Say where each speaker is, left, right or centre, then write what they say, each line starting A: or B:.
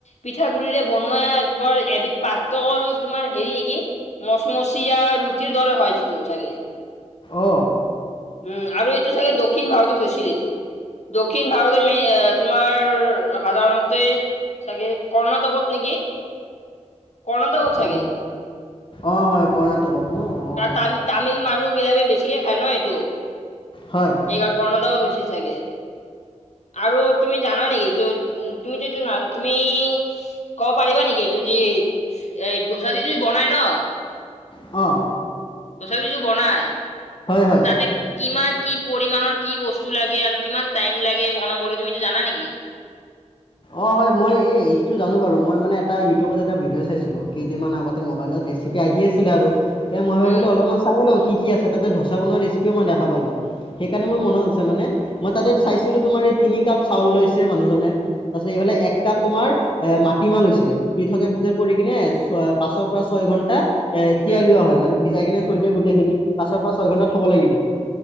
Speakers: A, on the left; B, on the left.
A: পিঠাগু়ৰিৰে বনোৱা বৰ এবিধ পাত্ৰকল তোমাৰ হেৰি নেকি, মচমচীয়াা ৰুটিৰ দৰে হয়। চাগে
B: অ
A: উম আৰু এইটো চাগে দক্ষিণ ভাৰতত হৈছে। চিলিটো দক্ষিণ ভাৰতে মেই তোমাৰ সাধাৰণতে চাগে কৰ্ণাটকত নেকি? কৰ্ণাটকত চাগে।
B: অ অ হয় কৰ্ণাটকত ন অ
A: তাম তামিল মানুহ বিলাকে বেছিকে খায় ন এইটো।
B: হয়
A: সেইকাৰাল কণাটকত হৈছিল চাগে আৰু তুমি জানা নেকি ত উ তুমিটো এইটো ন তুমি ক'ব পাৰিবা নেকি এইটো যি। এই দোচা দি যদি বনাই ন
B: অ'।
A: তথাপি কিছু বনাই
B: হয় হয়
A: তাতে কিমান কি পৰিমাণৰ কি বস্তু। <unintelligible> লাগে আৰু কিমান টাইম লাগে বনাব তুমিতো জানা নেকি।
B: অ হয় মই এই ইটো জানো বাৰু মই মানে এটা ইউটিউবত এটা ভিডিঅ' চাইছিলোঁ কেইদিনমান আগতে মোবাইলত ৰেচিপি আহি আছিলে আৰু তেয়া মই ভাবিলোঁ
A: উম
B: অলপমান চাই লওঁ কি। কি আছে তাতে ধোচা বনোৱা ৰেচিপিয়ও মই দেখা পালোঁ সেইকাৰণে মোৰ মন আছে মানে মই তাতে চাইছিলোঁ তোমাৰ এই তিনি কাপ চাউল লৈছে মানুহজনে। তাতে এইফালে এক কাপ তোমাৰ এ মাটিমাহ লৈছিলে প থকা পিছত কৰি কিনে ছয় পাঁচৰ পৰা ছয়। দু ঘন্টা এ তিয়াই
A: উম
B: লওা হয় মানে ভিজাই কেনে থৈ দিয়ে গোটেইখিনি পাছৰ পৰা ছয় ঘন্টা থব লাগিব।